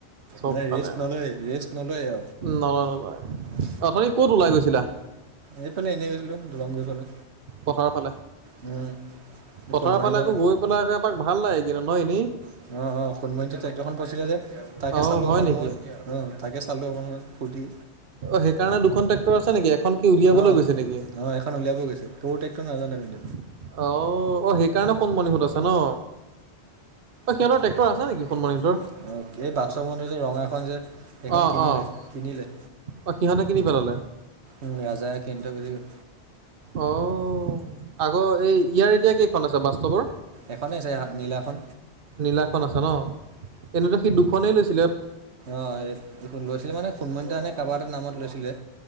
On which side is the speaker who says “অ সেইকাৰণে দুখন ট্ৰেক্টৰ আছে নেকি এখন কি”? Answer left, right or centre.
Right